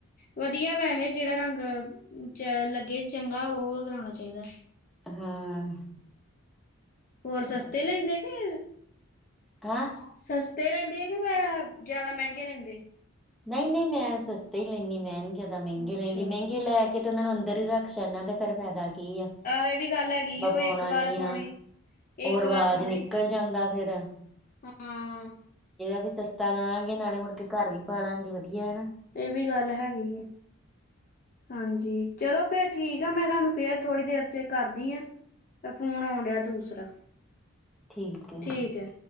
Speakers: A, on the left; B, in the centre.
A: ਵਧੀਆ ਵੈਹੇ ਜਿਹੜਾ ਰੰਗ ਚ ਲੱਗੇ ਚੰਗਾ ਉਹ ਕਰਾਣਾ ਚਾਹੀਦਾ
B: ਹਾਂ
A: ਹੋਰ
B: ਚਲੋ
A: ਸਸਤੇ ਲੈਂਦੇ ਕੇ
B: <unintelligible>
A: ਸਸਤੇ ਰਹਿੰਦੇ ਕਿ ਮੈਂ ਜਿਆਦਾ ਮਹਿੰਗੇ ਰਹਿੰਦੇ
B: ਨਹੀਂ ਨਹੀਂ ਮੈਂ ਸਸਤੀ ਲੈਨੀ ਮੈ ਨੀ ਜਾਦਾ ਮਹਿੰਗੇ
A: ਅੱਛਾ
B: ਲੈਂਦੀ ਮਹਿੰਗੇ ਲੈ ਕਿਤਨਾ ਨੂੰ ਅੰਦਰ ਹੀ ਰੱਖ <unintelligible> ਤੇ ਫਿਰ ਫਾਇਦਾ ਕੀ ਹ
A: ਆਹ ਇਹ ਵੀ ਗੱਲ ਹੈਗੀ ਉਹ
B: ਭੋਨਾ
A: ਇੱਕ ਵਾਰ
B: ਨੀ
A: ਪਾਉਣੇ
B: ਆ ਓ
A: ਇੱਕ
B: ਰਵਾਜ
A: ਵਾਰ ਪਾਉਣੇ
B: ਨਿਕਲ ਚਲਦਾ ਮੇਰਾ
A: ਹਾਂ
B: ਵੀ ਸਸਤਾ ਰਹਾਂਗੇ ਨਾਲੇ ਮੁੜ ਕੇ ਘਰ <unintelligible> ਵਧੀਆ ਨਾ
A: ਇਹ ਵੀ ਗੱਲ ਹੈਗੀ ਆ ਹਾਂਜੀ ਚਲੋ ਫੇਰ ਠੀਕ ਜਾ ਮੇਰਾ ਫੇਰ ਥੋੜੀ ਦੇਰ ਚ ਕਰਦੀ ਆ ਫੋਨ ਆਉਂਦਿਆ ਦੂਸਰਾ
B: ਠੀਕੇ
A: ਠੀਕ ਹੈ।